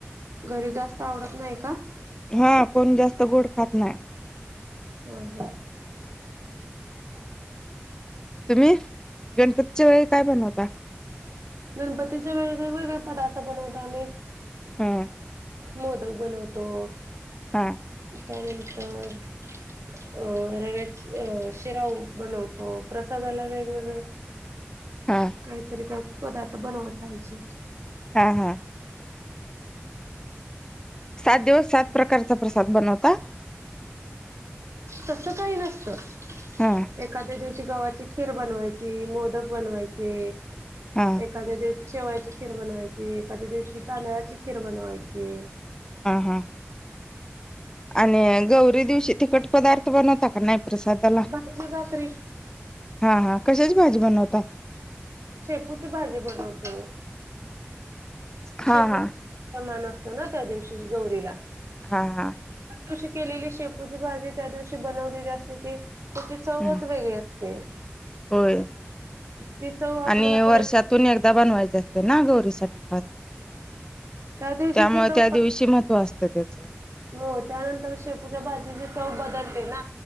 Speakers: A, on the right; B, on the left.
A: घरी जास्त आवडत नाही का.
B: हा कोण जास्त गोड खात नाही.
A: हम ह. हो.
B: तुम्ही गणपतीच्या वेळी काय बनवता.
A: गणपतीचे व वेगवेगळे पदार्थ बनवतो आम्ही.
B: हं
A: मोदक बनवतो,
B: हा.
A: त्यानंतर अ रव्याच अ शिराऊ बनवतो प्रसादाला वेगवेगळे
B: हा.
A: काहीतरी काही पदार्थ बनवत राहायचे.
B: हा, हा. सात दिवस, सात प्रकारचा प्रसाद बनवतात.
A: तस काही नसत.
B: हा.
A: एखाद्या दिवशी गव्हाची खीर बनवायची, मोदक बनवायचे,
B: हा
A: एखाद्या दिवशी शेवळाची खीर बनवायची, एखाद्या दिवशी तांदळाची खीर बनवायची,
B: हा, हा. आणि गौरी दिवशी तिखट पदार्थ बनवता का नाही प्रसादाला?
A: भाजी भाकरी
B: हा, हा कशाची भाजी बनवता?
A: शेपूची भाजी बनवतो,
B: हा
A: शेपूची
B: हा
A: समान असतो ना त्या दिवशी गौरीला.
B: हा हा.
A: तशी केलेली शेपूची भाजी त्या दिवशी बनवलेली असते ते. त्याची चवच
B: हम्म
A: वेगळी असते.
B: होय
A: ती चव आपल्याला
B: आणि वर्षातून
A: परत
B: एकदा बनवायच असते ना गौरीसाठी.
A: त्या दिवशी
B: त्यामुळे
A: ती चव
B: त्या दिवशी महत्व असतं त्याचं.
A: हो त्यानंतर शेपूच्या भाजीची चव बदलते ना